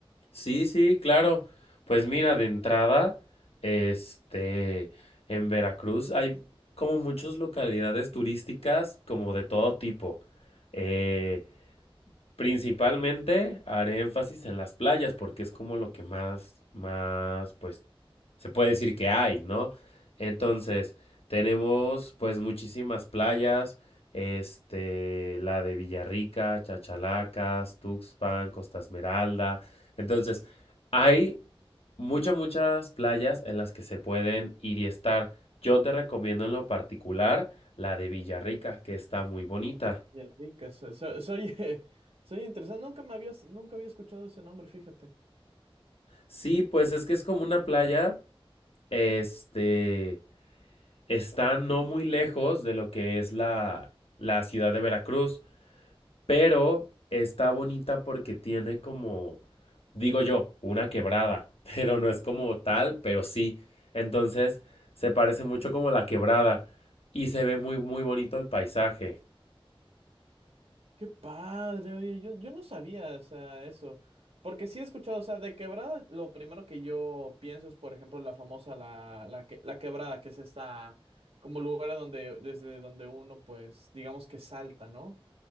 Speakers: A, on the left (about 80°); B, on the right (about 80°).
A: Sí, sí, claro. Pues mira, de entrada, este, en Veracruz hay como muchas localidades turísticas como de todo tipo. Eh, Principalmente haré énfasis en las playas porque es como lo que más, más, pues, se puede decir que hay, ¿no? Entonces, tenemos pues muchísimas playas, este, la de Villarrica, Chachalacas, Tuxpan, Costa Esmeralda. Entonces, hay muchas, muchas playas en las que se pueden ir y estar. Yo te recomiendo en lo particular la de Villarrica, que está muy bonita.
B: Ya ricas, soy, soy, <laughs> soy interesante, nunca me habías, nunca había escuchado ese nombre, fíjate.
A: Sí, pues es que es como una playa, este, está no muy lejos de lo que es la, la ciudad de Veracruz, pero está bonita porque tiene como, digo yo, una quebrada, <laughs> pero no es como tal, pero sí. Entonces, se parece mucho como a la quebrada y se ve muy, muy bonito el paisaje.
B: Qué padre, oye, yo, yo no sabía, o sea, eso. Porque sí he escuchado, o sea, de quebrada, lo primero que yo pienso es, por ejemplo, la famosa, la, la, que- la quebrada, que es esta, como lugar a donde, desde donde uno, pues, digamos que salta, ¿no?